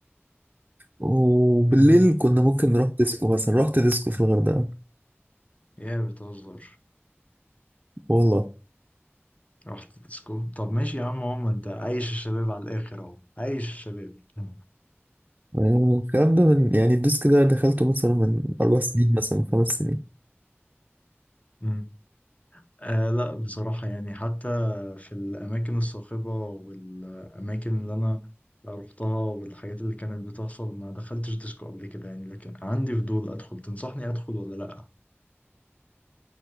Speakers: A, on the right (about 35°); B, on the left (about 30°).
A: وبالليل
B: جميل
A: كنا ممكن نروح ديسكو مثلا رحت ديسكو في الغردقة
B: يا بتهزر
A: والله
B: رحت ديسكو طب ماشي يا عم هو ما انت عايش الشباب على الاخر اهو عايش الشباب مم.
A: آه، الكلام ده من يعني الديسك ده دخلته مثلا من أربع سنين مثلا من خمس سنين
B: مم. آه لا بصراحة يعني حتى في الأماكن الصاخبة والأماكن اللي أنا رحتها والحاجات اللي كانت بتحصل ما دخلتش ديسكو قبل كده يعني لكن عندي فضول أدخل تنصحني أدخل ولا لأ؟